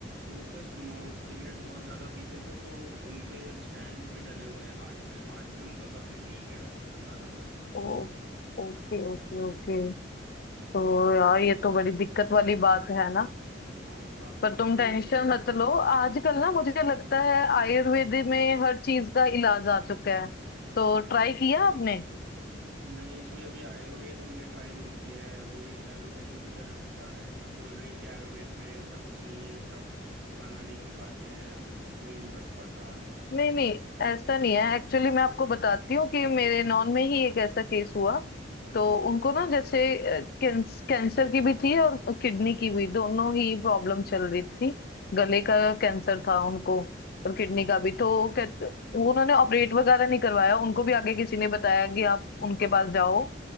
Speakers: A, on the right; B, on the left.
A: वो क्या स्मो सिगरेट बहुत ज्यादा पीते थे तो उनके स्टैंड्स भी डले हुए हैं हार्ट में हार्ट भी उनका काफी वीक है डॉक्टर बता रहा था
B: ओ ओके ओके ओके तो यार ये तो बड़ी दिक्कत वाली बात है ना
A: हाँ काफी
B: पर तुम
A: प्रॉब्लम
B: टेंशन
A: हो रही है
B: मत लो आजकल ना मुझे लगता है आयुर्वेद में हर चीज का इलाज आ चुका है तो ट्राई किया आपने
A: नहीं जी अभी आयुर्वेद हमने ट्राई नहीं किया है वही एलोपैथी की तरफ ही जा रहे हैं सब बोल रहे हैं कि आयुर्वेद में ऐसा कुछ नहीं है सब बनाने की बातें हैं कोई नहीं बच पाता
B: नहीं नहीं ऐसा नहीं है एक्चुअली मैं आपको बताती हूँ कि मेरे नॉन में ही एक ऐसा केस हुआ तो
A: हम्म
B: उनको ना जैसे कैंसर की भी थी और किडनी की भी दोनों ही प्रॉब्लम चल रही थी गले
A: ओके
B: का कैंसर था उनको और किडनी
A: हम्म
B: का भी तो कहते- उन्होंने ऑपरेट वगैरह नहीं करवाया उनको भी आगे किसी ने बताया कि आप उनके पास जाओ